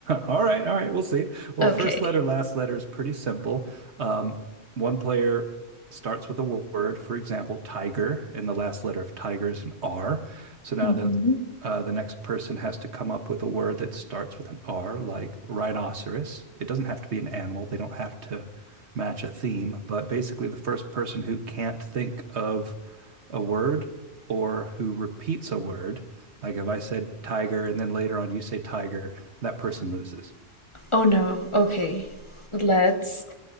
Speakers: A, on the right (about 60°); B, on the left (about 25°).
A: All right, all right, we'll see. Well,
B: Okay.
A: first letter, last letter is pretty simple. Um, one player starts with a wo- word, for example, tiger, and the last letter of tiger is an R. So now
B: hmm
A: the uh, the next person has to come up with a word that starts with an R, like rhinoceros. It doesn't have to be an animal. They don't have to match a theme, but basically, the first person who can't think of a word or who repeats a word, like if I said tiger and then later on you say tiger that person loses.
B: Oh no. Okay. Let's